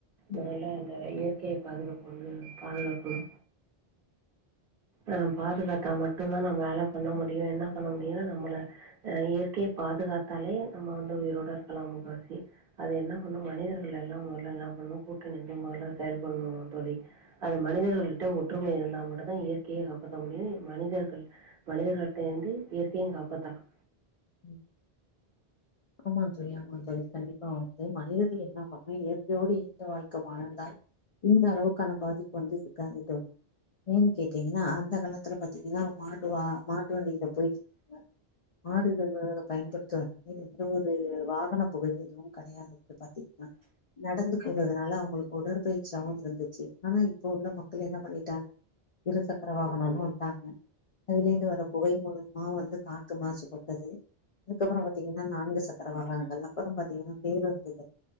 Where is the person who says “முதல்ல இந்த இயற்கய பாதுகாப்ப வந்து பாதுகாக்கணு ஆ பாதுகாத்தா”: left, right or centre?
Right